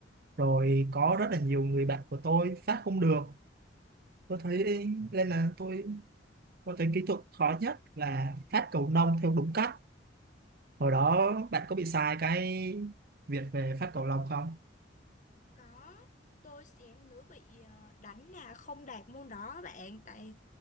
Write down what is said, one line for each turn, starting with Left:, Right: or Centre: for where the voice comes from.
Right: rồi có rất là nhiều người bạn của tôi phát không được tôi thấy nên là tôi tôi thấy kỹ thuật khó nhất là phát cầu lông theo đúng cách hồi đó bạn có bị sai cái việc về phát cầu lông không
Left: có tôi thèm nữa bị ờ, đánh là không đạt môn đó bạn tại